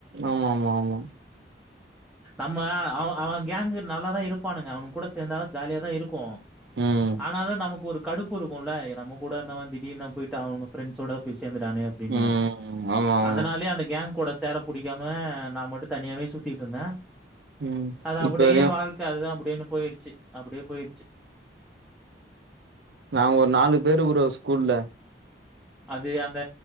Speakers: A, on the right; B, in the centre.
A: ஆமாமா ஆமா
B: நம்ம அவ அவங்கேங்கு நல்லாதா இருப்பானுங்க அவனுக கூட சேந்தா ஜாலியாதா இருக்கு
A: ம்
B: ஆனாலு நமக்கு ஒரு கடுப்பு இருக்குல்ல நம்ம கூட இருந்தவ திடீர்னு போயிட்டு அவங்க ஃப்ரெண்ட்ஸோட போய் சேந்துட்டானே அப்டின்னு
A: ம் ஆமா ஆமா
B: அதனாலயே அந்த கேங் கூட சேர புடிக்காம நா மட்டு தனியாவே சுத்திட்ருந்தே
A: ம்
B: அது அப்டியே
A: இப்ப வரையு
B: வாழ்க்க அதுதா அப்டினு போயிருச்சு அப்டியே போயிருச்சு
A: நாங்க ஒரு நாலு பேரு ப்ரோ ஸ்கூல்ல
B: அது அந்த